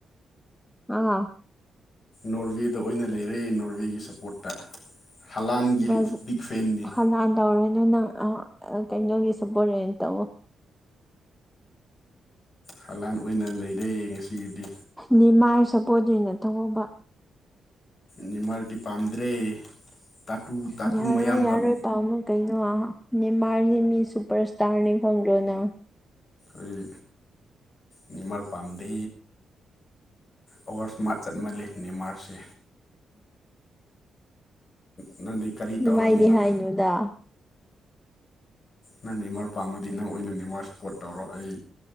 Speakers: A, in the centre; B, on the left.
A: ꯑ
B: ꯅꯣꯔꯋꯦꯗ ꯑꯣꯏꯅ ꯂꯩꯔꯦ ꯅꯣꯔꯋꯦꯒꯤ ꯁꯞꯄꯣꯔꯠꯇ ꯍꯂꯥꯟꯒꯤ
A: ꯕꯔꯥꯖꯤ
B: ꯕꯤꯛ ꯐꯦꯟꯅꯤ
A: ꯍꯂꯥꯟ ꯇꯧꯔꯅꯨ ꯅꯪ ꯑ ꯀꯩꯅꯣꯒꯤꯁꯨ ꯁꯄꫭꯔꯠ ꯔꯦꯟ ꯇꯧꯋꫭ
B: ꯍꯂꯥꯟ ꯑꯣꯏꯅ ꯅꯩꯔꯦ ꯉꯁꯤꯒꯤꯗꯤ
A: ꯅꯤꯃꯥꯏ ꯁꯄꯣꯗ ꯑꯣꯏꯅ ꯇꯧꯑꫭꯕ
B: ꯅꯤꯃꯥꯜꯗꯤ ꯄꯥꯝꯗ꯭ꯔꯦ ꯇꯥꯇꯨ ꯇꯥꯇꯨ
A: ꯌꯥꯔꯣꯏ
B: ꯃꯌꯥꯝ
A: ꯌꯥꯔꯣꯏ
B: ꯍꯛ
A: ꯄꯥꯝꯃꯨ ꯀꯩꯅꯣ ꯅꯤꯃꯥꯔꯅꯦ ꯃꯤ ꯁꯨꯄꯔꯁꯇꯥꯔꯅꯦ ꯈꯪꯗ꯭ꯔꯣ ꯅꯪ
B: ꯑꯩ ꯅꯤꯃꯥꯔ ꯄꯥꯝꯗꯦ ꯑꯋꯥꯔꯁ꯭ꯃꯥꯠ ꯆꯠꯃꯜꯂꯦ ꯅꯦꯃꯥꯔꯁꯦ ꯅꯪꯗꯤ ꯀꯔꯤ ꯇꯧꯔꯝꯃꯤꯅꯣ
A: ꯅꯨꯃꯥꯏꯗꯤ ꯍꯥꯏꯅꯨꯗ
B: ꯅ ꯅꯦꯃꯥꯔ ꯄꯥꯝꯃꯗꯤ ꯅꯪ ꯑꯣꯏꯅ ꯅꯦꯃꯥꯔ ꯁꯄꯣꯔꯠ ꯇꯧꯔꯣ ꯑꯩ